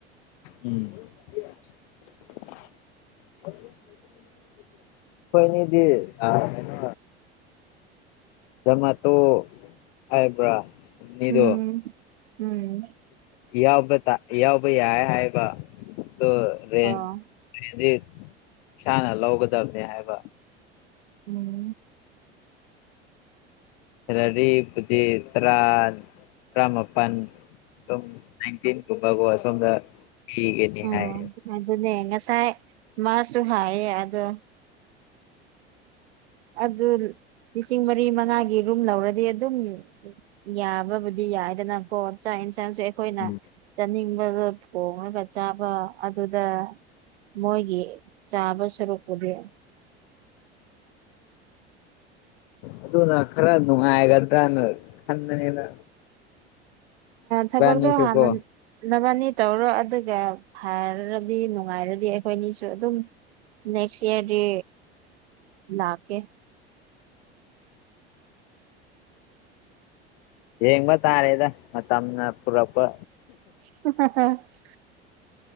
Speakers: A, on the left; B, on the right.
A: ꯎꯝ <unintelligible> ꯈꯣꯏ ꯅꯤꯗꯤ ꯑꯥ ꯀꯩꯅꯣ ꯖꯥꯃꯥꯇꯣ ꯍꯥꯏꯕ꯭ꯔꯥ ꯃꯤꯗꯣ
B: ꯎꯝ ꯎꯝ
A: ꯌꯥꯎꯕ ꯇꯥ ꯌꯥꯎꯕ ꯌꯥꯏ ꯍꯥꯏꯕ ꯗꯣ ꯔꯦꯟ
B: ꯑꯣ
A: ꯔꯦꯟꯗꯤ ꯏꯁꯥꯅ ꯂꯧꯒꯗꯕꯅꯦ ꯍꯥꯏꯕ꯫
B: ꯎꯝ
A: ꯈꯔꯥꯗꯤ ꯗꯨꯗꯤ ꯇ꯭ꯔꯥ ꯇ꯭ꯔꯃꯄꯟ ꯁꯝ ꯅꯥꯏꯟꯇꯤꯟꯒꯨꯝꯕꯀꯣ ꯑ ꯁꯣꯝꯗ ꯑꯩꯒꯅꯤ
B: ꯎꯝ
A: ꯍꯥꯏ
B: ꯑꯗꯨꯅꯦ ꯉꯁꯥꯏ ꯃꯥꯁꯨ ꯍꯥꯏꯌꯦ ꯑꯗꯣ ꯑꯗꯨ ꯂꯤꯁꯤꯡ ꯃꯔꯤ ꯃꯉꯥꯒꯤ ꯔꯨꯝ ꯂꯧꯔꯗꯤ ꯑꯗꯨꯝ ꯌꯥꯕꯕꯨꯗꯤ ꯌꯥꯏꯗꯅꯀꯣ ꯆꯥꯛ ꯌꯦꯟꯁꯥꯡꯁꯨ ꯑꯩꯈꯣꯏꯅ
A: ꯎꯝ
B: ꯆꯥꯅꯤꯡꯕꯗꯣ ꯊꯣꯡꯉꯒ ꯆꯥꯕ ꯑꯗꯨꯗ ꯃꯣꯏꯒꯤ ꯆꯥꯕ ꯁꯔꯨꯛꯄꯨꯗꯤ
A: ꯑꯗꯨꯅ ꯈꯔ ꯅꯨꯡꯉꯥꯏꯒꯗ꯭ꯔꯥꯅ ꯈꯟꯕꯅꯤꯅ
B: ꯊꯕꯛꯇꯣ
A: ꯏꯕꯥꯟꯅꯤꯁꯨꯀꯣ
B: ꯍꯥꯟꯅ ꯅꯕꯥꯅꯤ ꯇꯧꯔꯣ ꯑꯗꯨꯒ ꯐꯔꯔꯗꯤ ꯅꯨꯡꯉꯥꯏꯔꯗꯤ ꯑꯩꯈꯣꯏ ꯑꯅꯤꯁꯨ ꯑꯗꯨꯝ ꯅꯦꯛꯁ ꯏꯌꯔ ꯗꯤ ꯂꯥꯥꯛꯀꯦ
A: ꯌꯦꯡꯕ ꯇꯥꯔꯦꯗ ꯃꯇꯝꯅ ꯄꯨꯔꯛꯄ
B: <unintelligible>